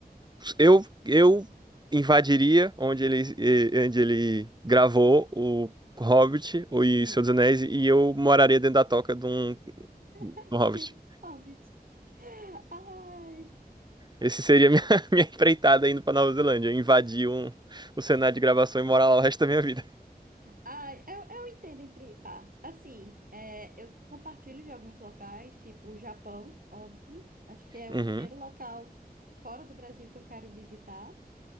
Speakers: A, on the right (about 25°); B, on the right (about 60°).
A: Eu eu invadiria onde ele eh, onde ele gravou o Hobbit ou e
B: Hum.
A: Senhor dos Anéis e eu moraria dentro da toca de um, de
B: <laughs>
A: um Hobbit.
B: Tipo, Hobbit. Ai.
A: Esse seria minha, <laughs> minha empreitada indo pra Nova Zelândia, invadir um, o cenário de gravação e morar lá o resto da minha vida.
B: Ai, eu, eu entendo entre partes. Assim, é, eu compartilho de alguns locais, tipo o Japão, óbvio. Acho que é o
A: Uhum,
B: primeiro local fora do Brasil que eu quero visitar.